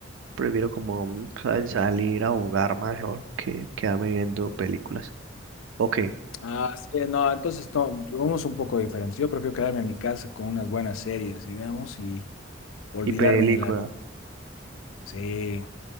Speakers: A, on the right; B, on the left.
A: prefiero como mm, sa- salir a jugar mejor que quedarme viendo películas. Ok,
B: Ah, sí, no, entonces no, somos un poco diferentes. Yo prefiero quedarme en mi casa con unas buenas series, digamos, y olvidarme
A: y película.
B: de la vida. Sí,